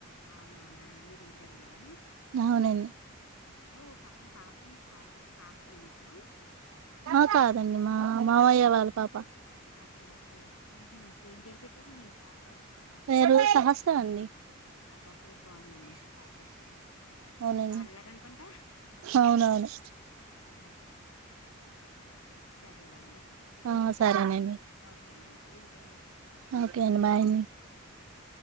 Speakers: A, on the left; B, on the right.
A: అవునవునా మీరి ఇంటికాడ ఉన్నారా
B: అవునండి
A: ఓ పక్క నా పాప ఉంది పాప పాప అండి మీకు
B: ఆ కాదండి మా మామయ్య వాళ్ళ పాప
A: ఓకే ఓకే ఏం పేరు పెట్టారండి ఇంటి పాప
B: పేరు సహస్రం అండి
A: అబ్బ పేరు బాగుందండి పాపది
B: అవునండి
A: బా అల్లర్ అనుకుంట
B: అవునవును
A: హు సర్లెండి ఏ
B: ఆ సరేనండి
A: ఓకేనండి థ్యాంక్ యూ అండి
B: ఓకే అండి బాయ్ అని
A: బాయ్